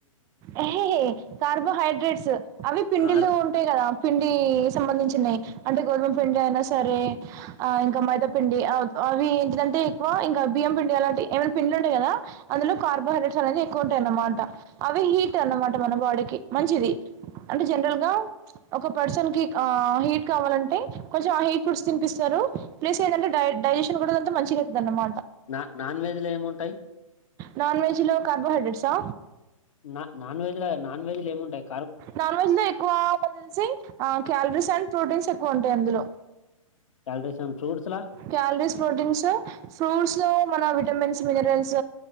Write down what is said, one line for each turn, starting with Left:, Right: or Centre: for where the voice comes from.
Right: ఏహెహె, కార్బోహైడ్రేట్స్ అవి పిండిలు
Left: కార్
Right: ఉంటాయి కదా పిండి సంబంధించున్నయి అంటే గోధుమ పిండి అయినా సరే ఆ ఇంకా మైదాపిండి అ అవి ఏంటిదంటే ఎక్కువ ఇంకా బియ్యం పిండి అలాంటి ఏమైనా పిండి లుంటాయి కదా అందులో కార్బోహైడ్రేట్స్ అనేది ఎక్కువ ఉంటాయన్నమా ట అవి హీట్ అన్న మా దంట మన బాడీకి మంచిది, అంటే జనరల్ గా ఒక పర్సన్ కి ఆ హీట్ కావాలంటే కొంచెం ఆ హీట్ ఫుడ్స్ తినిపిస్తారు. ప్లస్ ఏంటంటే డై డైజెషన్ కూడంతా మంచిగైతది అన్నమా
Left: నా నాన్ వెజ్ లో ఏముంటాయి
Right: నాన్ వెజ్ లో కార్బోహైడ్రేట్సా
Left: నా నాన్ వెజ్ నాన్ వెజ్ లో ఏముంటాయ్?
Right: నాన్ వెజ్ లో ఎక్కువ నాకు తెలిసి క్యాలరీస్ అండ్ ప్రోటీన్స్ ఎక్కువ ఉంటాయి అందులో.
Left: క్యాలరీస్ అండ్ ఫ్రూట్స్ లా
Right: క్యాలరీస్ ప్రోటీన్సు ఫ్రూస్ లో మన విటమిన్స్ మినరల్స్